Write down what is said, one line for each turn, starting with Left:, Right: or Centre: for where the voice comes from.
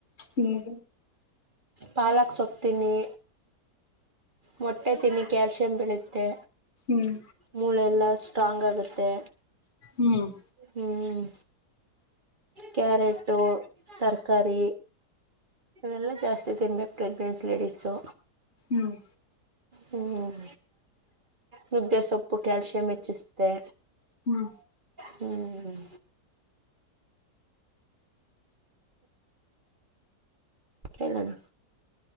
Left: ಹ್ಮ್
Right: ಪಾಲಕ್ ಸೊಪ್ ತಿನ್ನಿ ಮೊಟ್ಟೆ ತಿನ್ನಿ ಕ್ಯಾಲ್ಸಿಯಂ ಬೆಳೆಯುತ್ತೆ
Left: ಹ್ಮ್
Right: ಮೂಳೆಯೆಲ್ಲಾ ಸ್ಟ್ರಾಂಗ್ ಆಗುತ್ತೆ,
Left: ಹ್ಮ್
Right: ಹ್ಮ್ ಕ್ಯಾರಟ್ಟು ತರ್ಕಾರಿ. ಇವೆಲ್ಲ ಜಾಸ್ತಿ ತಿನ್ಬೇಕು ಪ್ರೆಗ್ನೆನ್ಸಿ ಲೇಡೀಸು
Left: ಹ್ಮ್
Right: ಹ್ಮ್ ಮುದ್ದೆ ಸೊಪ್ಪು ಕ್ಯಾಲ್ಸಿಯಂ ಹೆಚ್ಚಿಸತೆೆ
Left: ಹ್ಮ್
Right: ಹ್ಮ್ ಕೇಳೋಣ